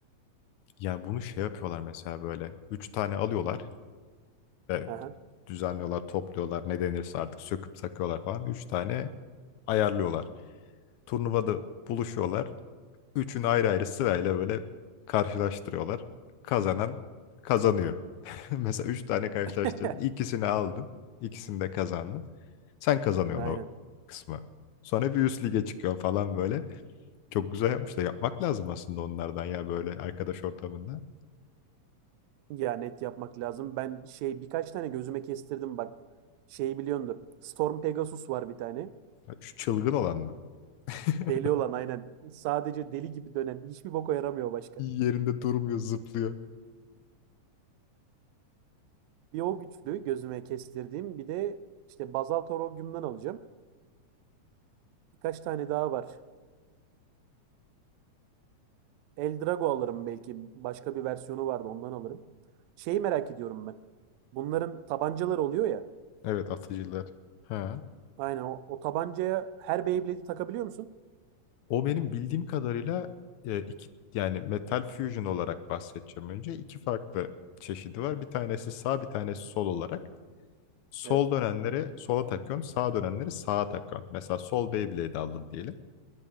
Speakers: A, on the left; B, on the right.
A: Ya bunu şey yapıyorlar mesela böyle. Üç tane alıyorlar. E,
B: Aha.
A: düzenliyorlar, topluyorlar. Ne denirse artık söküp sakıyorlar falan. Üç tane ayarlıyorlar. Turnuvada buluşuyorlar. Üçünü ayrı ayrı sırayla böyle karşılaştırıyorlar. Kazanan kazanıyor. <laughs> Mesela üç tane karşılaştırdın.
B: <laughs>
A: ikisini aldın. İkisini de kazandın. Sen kazanıyorsun
B: Aynen.
A: o kısmı. Sonra bir üst lige çıkıyorsun falan böyle. Çok güzel yapmışlar. Yapmak lazım aslında onlardan ya böyle arkadaş ortamında.
B: Ya net yapmak lazım. Ben şey birkaç tane gözüme kestirdim bak. Şey biliyordur. Storm Pegasus var bir tane.
A: Ya Şu çılgın olan mı? <laughs>
B: Deli olan aynen. Sadece deli gibi dönen. Hiçbir boka yaramıyor başka.
A: Yerinde durmuyor, zıplıyor.
B: Bir o güçlü gözüme kestirdiğim. Bir de işte Bazal Torogium'dan alacağım. Birkaç tane daha var. Eldrago alırım belki. Başka bir versiyonu vardı ondan alırım. Şeyi merak ediyorum ben. Bunların tabancaları oluyor ya.
A: Evet, atıcılar. Ha.
B: Aynen o, o tabancaya her Beyblade'i takabiliyor musun?
A: O benim bildiğim kadarıyla e, iki yani metal fusion olarak bahsedeceğim önce. İki farklı çeşidi var. Bir tanesi sağ, bir tanesi sol olarak. Sol
B: Evet.
A: dönenleri sola takıyorsun, sağ dönenleri sağa takıyorsun. Mesela sol Beyblade aldın diyelim.